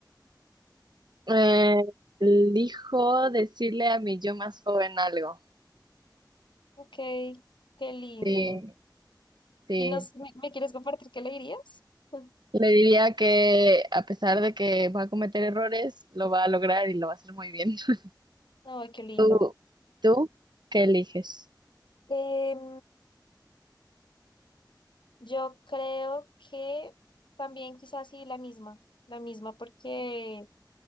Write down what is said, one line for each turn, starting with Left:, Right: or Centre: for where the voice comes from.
Right: Eh, elijo decirle a mi yo más joven algo.
Left: Ok, qué lindo.
Right: Sí, sí.
Left: ¿Y nos, me, me quieres compartir qué le dirías? <laughs>
Right: Le diría que a pesar de que va a cometer errores, lo va a lograr y lo va a hacer muy bien. <laughs>
Left: Ay, qué lindo.
Right: ¿Tú, tú qué eliges?
Left: Em, yo creo que también quizás sí la misma, la misma porque